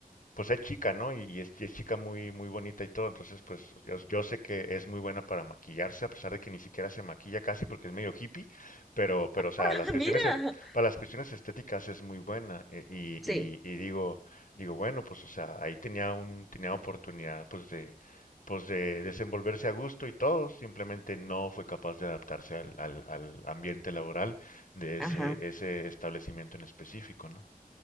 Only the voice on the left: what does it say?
pues es chica, ¿no? Y, y es, y es chica muy, muy bonita y todo. Entonces, pues yo, yo sé que es muy buena para maquillarse, a pesar de que ni siquiera se maquilla casi porque es medio hippie, pero, pero, o sea,
las cuestiones,
est- para las cuestiones estéticas es muy buena. eh, Y,
y, y digo, digo, bueno, pues, o sea, ahí tenía un, tenía oportunidad, pues, de, pues, de desenvolverse a gusto y todo. Simplemente no fue capaz de adaptarse al, al, al ambiente laboral de
ese, ese establecimiento en específico, ¿no?